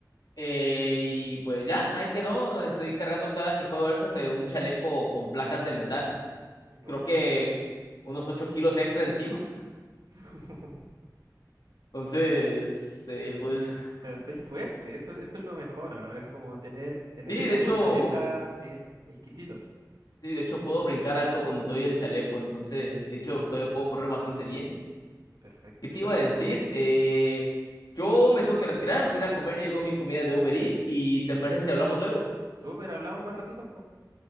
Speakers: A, on the left; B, on the right.
A: Eh, y pues ya, ahí quedó. Estoy cargando cada que juego Airsoft eh, un chaleco con placas de metal.
B: No.
A: Creo que unos 8 kilos extra encima.
B: <laughs>
A: Entonces, eh, pues
B: Pero estoy fuerte, eso, eso es lo mejor, ¿o no? Es como tener,
A: <laughs>
B: tener
A: sí,
B: esa
A: de hecho,
B: fortaleza es exquisito.
A: sí, de hecho puedo brincar alto con todo y el chaleco. Entonces, de hecho, todavía puedo correr bastante bien.
B: Perfecto.
A: ¿Qué te iba a decir? Eh, yo me tengo que retirar, voy a ir a comer, ya llegó mi comida de Uber Eats y ¿te parece si hablamos luego?
B: Súper, hablamos más ratitos, pues.